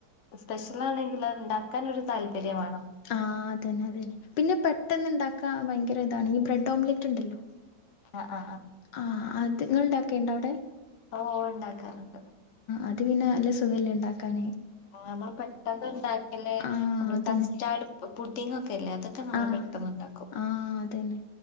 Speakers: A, on the left; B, on the left.
A: സ്‌പെഷലാണെങ്കിൽ അഹ്ണ്ടാക്കാനൊരു താല്പര്യം വേണം
B: ആ അതന്ന അ തന്നെ പിന്നെ പെട്ടെന്ന്ണ്ടാക്കാ ഭയങ്കര ഇതാണ് ഈ ബ്രെഡ് ഓംലെറ്റ് ഇണ്ടല്ലോ
A: അഹ് അഹ് അഹ്
B: ആ അത്ങ്ങൾ ണ്ടാക്കൽണ്ടാ ഔ ടെ
A: ഒ ഒ ണ്ടാക്കാർണ്ട്
B: അത് പിന്നെ നല്ലസുഖല്ലേണ്ടാക്കാന്
A: ആ നമ്മള് പെട്ടെന്ന്ണ്ടാക്കല്ലെ
B: ആഹ്
A: നമ്മള്
B: അതന്നെ
A: കസ്റ്റാർഡ് പുഡ്ഡിംഗ്ഒ ല്ല അതൊക്കെ നമ്മള്
B: ആഹ്
A: പെട്ടെന്നുണ്ടാക്കും
B: ആഹ് അതന്നെ